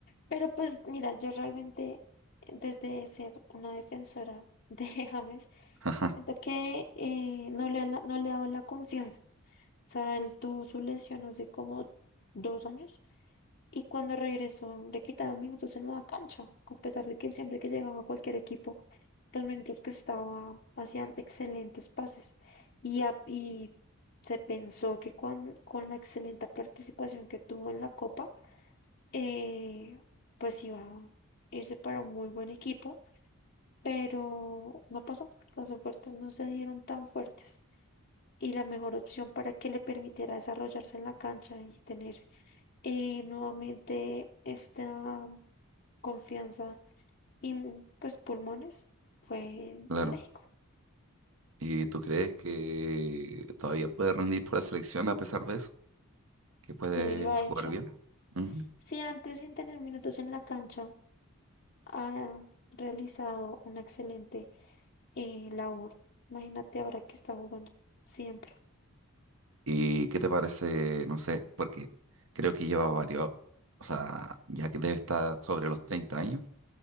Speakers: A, on the left; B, on the right.
A: Pero pues mira, yo realmente desde ser una defensora de <laughs> James,
B: <laughs> Ajá,
A: siento que eh, no le, han- no le daban la confianza sea, él tuvo su lesión hace como dos años y cuando regresó le quitaron minutos en la cancha, a pesar de que él siempre que llegaba a cualquier equipo, los minutos que estaba hacían excelentes pases y, a- y se pensó que con, con la excelente participación que tuvo en la Copa, eh, pues iba a irse para un muy buen equipo, pero no pasó, las ofertas no se dieron tan fuertes y la mejor opción para que le permitiera desarrollarse en la cancha y tener eh, nuevamente esta confianza y pues pulmones fue en,
B: claro.
A: en México.
B: ¿Y tú crees que todavía puede rendir por la selección a pesar de eso? ¿Que puede
A: Sí, lo ha
B: jugar
A: hecho.
B: bien? Ujú.
A: Si antes sin tener minutos en la cancha ha realizado una excelente eh, labor, imagínate ahora que está jugando siempre.
B: ¿Y qué te parece? No sé, porque creo que lleva varios, o sea, ya que debe estar sobre los 30 años,